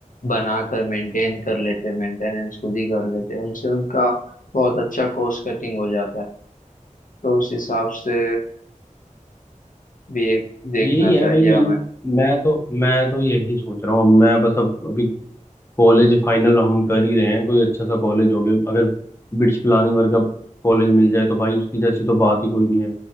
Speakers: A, on the left; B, on the left.
A: बनाकर मेंटेन कर लेते मेंटेनेंस खुद ही कर लेते उनसे उनका बहुत अच्छा कॉस्ट कटिंग हो जाता है तो उस हिसाब से भी एक देखना
B: यही है
A: चाहिए
B: भाई मैं
A: हमें
B: मैं तो मैं तो यही सोच रहा हूँ मैं बस अब अभी कॉलेज फाइनल हम कर ही रहे हैं कोई अच्छा सा कॉलेज हो गया अगर बिट्स पिलानी वर्गा कॉलेज मिल जाए तो भाई उसकी जैसी तो बात ही कोई नहीं है